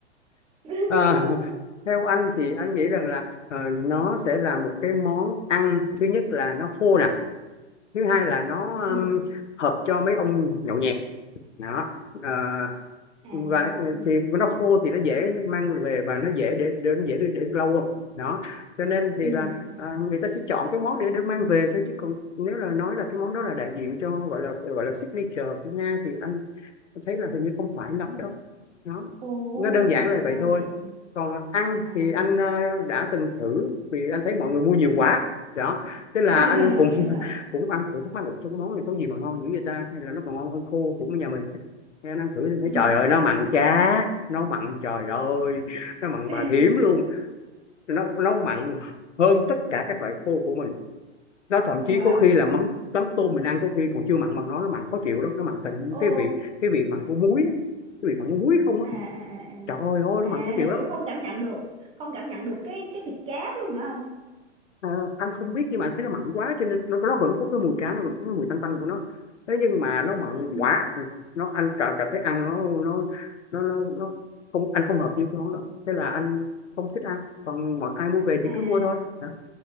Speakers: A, on the right; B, on the left.
A: <laughs>
B: À, theo anh thì anh nghĩ rằng là ờ, nó sẽ là một cái món ăn thứ nhất là nó khô nè thứ hai là nó
A: Ừ.
B: um, hợp cho mấy ông nhậu nhẹt đó Ờ,
A: À.
B: và ừ, thì nó khô thì nó dễ mang về và nó dễ để để dễ để, để lâu không đó cho nên thì
A: Ừ.
B: là à, người ta sẽ chọn cái món để để mang về thôi chứ còn nếu là nói là cái món đó là đại diện cho gọi là gọi là signature của Nga thì anh thấy là hình như không phải lắm đâu nó
A: Ồ,
B: nó đơn giản là vậy
A: ra
B: thôi
A: vậy.
B: còn ăn
A: À.
B: thì anh ờ, đã từng thử vì anh thấy mọi người mua nhiều quá đó thế là
A: <laughs>
B: anh cũng <laughs>
A: Đúng rồi.
B: cũng ăn thử thắc mắc một cái món này có gì mà ngon dữ vậy ta hay là nó còn ngon hơn khô của nhà mình Thế anh ăn thử thì thấy
A: Ừ.
B: trời ơi nó mặn chá nó mặn trời ơi
A: <laughs>
B: nó mặn bà thím luôn nó nó mặn hơn tất cả các loại khô của mình nó thậm chí
A: Wow.
B: có khi là mắm mắm tôm mình ăn có khi còn chưa mặn bằng nó nó mặn khó chịu lắm nó mặn thành
A: Ồ.
B: cái vị cái vị mặn của muối á, cái vị mặn của muối không
A: À
B: á
A: à à
B: trời ơi ôi
A: à.
B: nó mặn khó
A: À
B: chịu
A: là
B: lắm
A: kiểu không cảm nhận được, không cảm nhận được cái cái thịt cá luôn hả anh?
B: Ờ, anh không biết nhưng mà anh thấy nó mặn quá cho nên nó, nó vẫn có cái mùi cá nó vẫn có cái mùi tanh tanh của nó thế nhưng mà nó mặn
A: Ừ.
B: quá Ừ, nó anh cảm cảm thấy ăn nó nó nó nó, nó không anh không hợp với cái món đó thế là anh không thích ăn còn mọi ai mua về thì
A: à
B: cứ mua thôi đó.